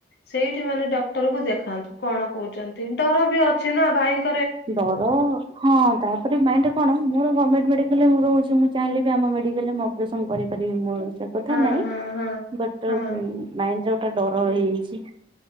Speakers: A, on the left; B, on the right.
A: ସେଇଠି ମାନେ ଡକ୍ଟର କୁ ଦେଖ। ଖାନ୍ତୁ କଣ କହୁଛନ୍ତି ଡର ବି ଅଛି ନା ଭାଇଙ୍କ
B: ଡର ହଁ ତା ପରେ ମାଇଣ୍ଡରେ କଣ ମୋର ଗମେଣ୍ଟ ମେଡାଲରେ ମୁଁ ରହୁଛି ମୁଁ ଚାହିଁଲେ ବି ଆମ ମେଡାଲରେ ମୁଁ ଅପରେସନ କରେଇପାରିବି ମୋ ସେ କଥା
A: ହଁ
B: ନାଇଁ
A: ହଁ ହଁ
B: ବଟ
A: ହଁ
B: ମାଇଣ୍ଡ ରେ ଗୋଟା ଡର ହେଇଯାଇଛି।